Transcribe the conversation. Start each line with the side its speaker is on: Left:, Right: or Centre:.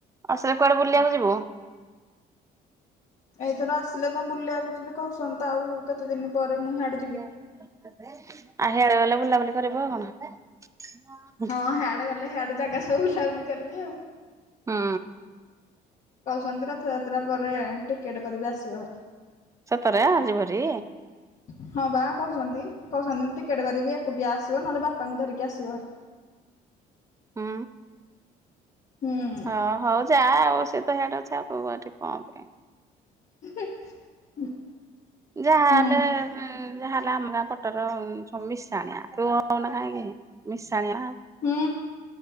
Right: ଆସିଲେ କୁଆଡେ ବୁଲିବାକୁ ଯିବୁ।
Left: ଏଇଥର ଆସିଲେ କଁ ବୁଲିବାକୁ ଯିବି କହୁସନ୍ ତ ଆଉ କେତେ ଦିନ ପରେ ମୁଁ ହ୍ୟାଡେ
Right: <unintelligible> ଆ ହ୍ୟାଡେ ଗଲେ ବୁଲାବୁଲି କରିବୁ ଆଉ କଣ <unintelligible>
Left: ହଁ ହ୍ୟାଡେ ଗଲେ ହ୍ୟାଡେ ଜାଗା ସବୁ ବୁଲାବୁଲି କରିବି ଆଉ।
Right: ହୁଁ।
Left: କୋହୁଛନ୍ତି ରଥଯାତ୍ରା ପରେ ଟିକେଟ୍ କରିବି ଆସିବ ଭାରି।
Right: ସତରେ ଯିବୁହାରି
Left: <inaudible> ହଁ ବା କୋହୁଛନ୍ତି କୋହୁଛନ୍ତି ମୁଁ ଟିକେଟ୍ କରିବି ଏକୁଟିଆ ଆସିବ ନହେଲେ ବାପାଙ୍କୁ ଧରିକି ଆସିବ ଭାର।
Right: ହୁଁ
Left: ହୁଁ।
Right: ହଁ ହଉ ଯା ଆଉ ସିଏ ତ ହ୍ୟାଡେ ଅଛି ଆଉ ତୁ ଏଠି କଁ ପାଇଁ
Left: <unintelligible>
Right: ଯାହାଲେ
Left: ହୁଁ
Right: ହୁଁ ଯାହା ହେଲା ଆମ ଗାଁ ପଟର ସବୁ ମିଶାଣିଆ ତୁ <unintelligible> କି ମିଶାଣିଆ ଆଉ
Left: ହୁଁ।